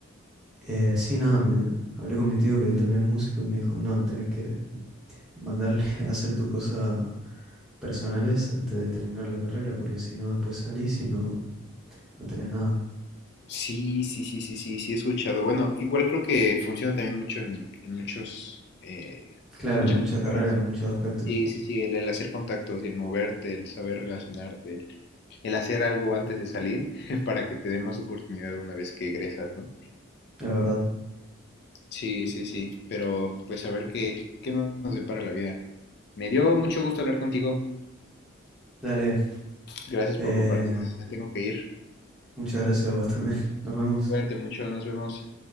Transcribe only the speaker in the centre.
Eh, sí, nada, me hablé con mi tío que él también es músico y me dijo, no, tenés que mandarle <laughs> a hacer tus cosas personales antes de terminar la carrera, porque si no, después salís y no, no tenés nada.
Claro,
en muchas carreras,
muchos aspectos,
la verdad.
Dale,
eh,
muchas gracias a vos también. <laughs> Nos vemos.